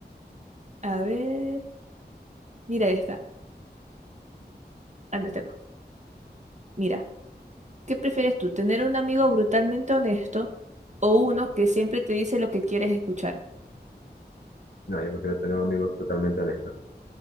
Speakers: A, on the right; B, on the left.
A: A ver, mira esta. Ah, no, esta no. Mira, ¿qué prefieres tú? ¿Tener un amigo brutalmente honesto o uno que siempre te dice lo que quieres escuchar?
B: No, yo prefiero tener un amigo totalmente honesto.